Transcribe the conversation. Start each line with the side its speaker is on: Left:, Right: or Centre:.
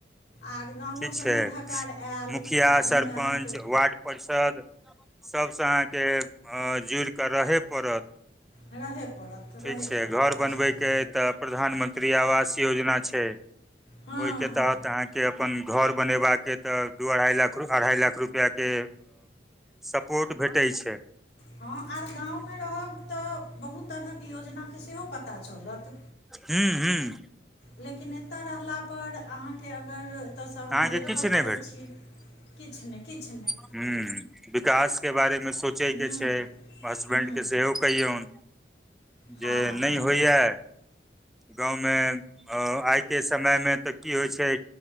Left: आर गाँवो
Centre: ठीक
Left: सँ
Centre: छै
Left: नोत- हकार आयल
Centre: मुखिया
Left: तऽ ओहूमे
Centre: सरपञ्च
Left: अहाँके
Centre: वार्ड परिषद सबसँ अहाँके जुड़िकऽ रहय पड़त।
Left: रहय पड़त।
Centre: ठीक
Left: रहय
Centre: छैय
Left: पड़त
Centre: घर
Left: निश्चित
Centre: बनबयके तऽ प्रधानमंत्री आवास योजना छैय।
Left: हँ
Centre: ओइके
Left: हँ
Centre: तहत अहाँ के अपन घर बनेबाक अइ तऽ दू अढ़ाइ लाख - अढ़ाइ लाख रुपया के सपोर्ट भेटैय छैय।
Left: हॅं आर गाँव मे रहब तऽ बहुत तरहक योजना के सेहो पता चलत।
Centre: हुँ हूँ।
Left: लेकिन एतऽ रहलापर अहाँके अगर एतऽ सँ अहाँ
Centre: अहाँके
Left: भेजबो
Centre: किछु
Left: करै
Centre: नहि
Left: छी किछ ने किछ ने।
Centre: हुँ विकास के बारे मे सोचै
Left: ह्म्म
Centre: के छैय हसबैंड
Left: ह्म्म
Centre: के सेहो कहियौन
Left: हँ
Centre: जे
Left: हँ
Centre: नै होइये गाँव मे आइ के समय मे तऽ की होइ छैय